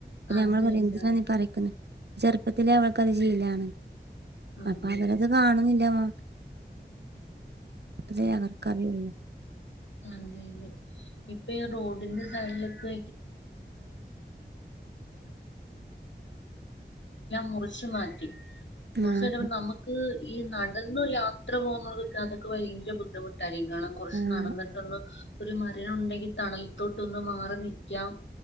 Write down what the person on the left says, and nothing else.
അത്
തന്നെ
ഉം,
അതെ
അതെ ലെ ഇപ്പയാ റോഡിന്റെ സൈഡിലൊക്കെ മുറിച്ച് നട്ടപ്പം
നമ്മക്ക് ഈ നട് എന്നും യാത്ര പോവ്ന്നത് ഞങ്ങക്ക് ഭയങ്കര ബുദ്ധിമു കാര്യങ്ങളും കൊർച്ച്
നടന്ന് ഒരു മരം ഉണ്ടെങ്കി തണൽത്തോട്ട് ഒന്ന് മാറി നിക്കാം